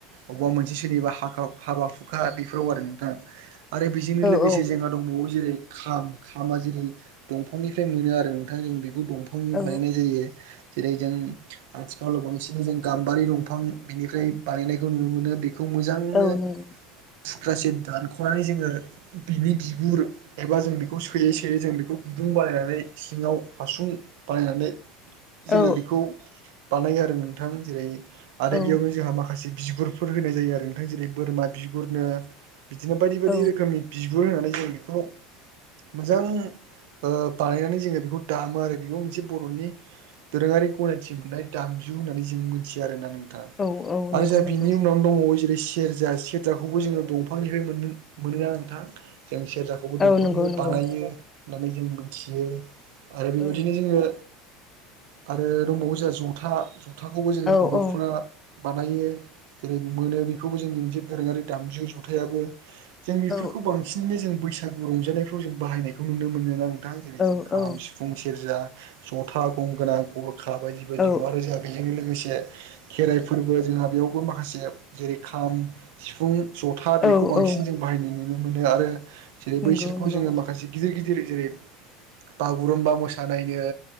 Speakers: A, on the right (about 75°); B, on the left (about 25°).
A: अबेबा मोनसे सोरनिबा हाख हाबा हुखा बेफोराव आरो नोंथां आरो बेजोंनो लोगोसे
B: औ
A: जोंङो दंबाव जेरै खाम खामा जेरै दंफांनिफ्राय मोनो आरो नोंथां जों बेखौ दंफां बानायनाय
B: औ
A: जायो जेरै जों आथिखालाव बांसिनै जों गाम्बारि दंफां बिनिफ्राय बानायनायखौ नुनो मोनो बे बेखौ मोजांनो
B: औ नंगौ
A: थुख्रासेेर दानख'नानै जोङो बिनि बिगुर एबा जों बेखौ सोयै सोयै जों बेखौ गुदुं बानायनानै सिङाव हासुं बानाय नानै जोङो
B: औ
A: बेखौ बानायो आरो नोंथां जेरै आरो
B: औ
A: बेयावनो जोंहा माखासे माखासे बिगुरफोर होनाय जायो आरो नोंथां जेरै बोरमा बिगुरनो बिदिनो बायदि बायदि
B: औ
A: रोखोमनि बिगुर होनानै जों बेखौ मोजां ओ बानायनानै जोङो बेखौ दामो आरो बेबो मोनसे बर'नि दोरोङारि गनायथि मोननाय दामजु होननानै जों मिथियो आरोना नोंथां।
B: औ औ
A: आरो
B: नंगौ
A: जाय
B: नंगौ
A: बिनि उनाव दंबावो जेरै सेरजा सेरजाखौबो जोङो दंफांनिफ्राय मोनो मोनोना नोंथां जों सेरजाखौ बेखौबो दंफांनि
B: औ नंगौ नंगौ
A: बानायो होननानै जों मोनथियो। आरो बेबायदिनो
B: औ
A: जोङो आरो दंबावो जोंहा जथा खथाखौबो जोंङो
B: औ
A: बर'फ्रा
B: औ
A: बानायो जेरै मोनो बेखौबो जोंनि मोनसे दोरोङारि दामजु जथायाबो जों बेफोरखौ
B: औ
A: बांसिनैनो जों बैसागु रंजानायफ्राव जों बाहायनायखौ नुनो मोनो ना नोंथां जेरै
B: औ
A: जों खाम सिफुं फुं सेरजा जथा गंगोना गरखा बायदि बायदिखौ
B: औ
A: आरो जों बेजोंनो लोगोसे खेराइ फोरबो जोंहा बेयावबो माखासे जेरै खाम सिफुं जथा
B: औ
A: बेखौ बांसिन
B: औ
A: जों बाहायनाय नुनो मोनो आरो जेरै
B: नंगौ
A: बैसोरखौ
B: नंगौ
A: जोङो माखासे गिदिर गिदिर जेरै बागुरुम्बा मोसानायनो